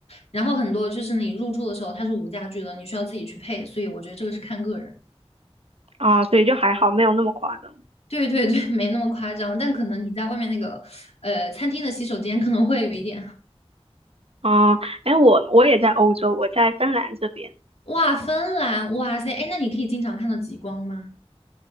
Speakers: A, on the left (about 70°); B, on the right (about 65°).
A: 然后很多就是你入住的时候它是无家具的，你需要自己去配，所以我觉得这个是看个人。
B: 啊，所以就还好，没有那么夸张。
A: 对对对，<laughs> 没那么夸张，但可能你在外面那个呃餐厅的洗手间可能会有一点。
B: 啊，哎，我我也在欧洲，我在芬兰这边。
A: 哇，芬兰，哇塞，哎，那你可以经常看到极光吗？